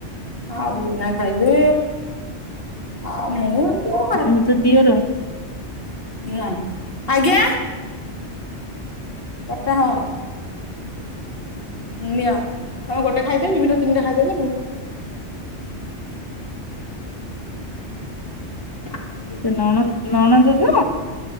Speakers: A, on the left (about 50°); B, on the left (about 20°).
A: ଆଉ ବିଦିନା ଖାଇଲେ ଆଉ ମୁଁ ଆଉ
B: ଏ ତ ଦିଅର
A: ହୁଁ ଆଜ୍ଞା ପଟାହ ହ ନିଅ ତମେ ଗୋଟେ ଖାଇଦେବେ ବିଭିନ୍ନ ତିନିଟା ଖାଇଦେବେ ଆ
B: ତ ନ ନା ନଣଛ ତୁ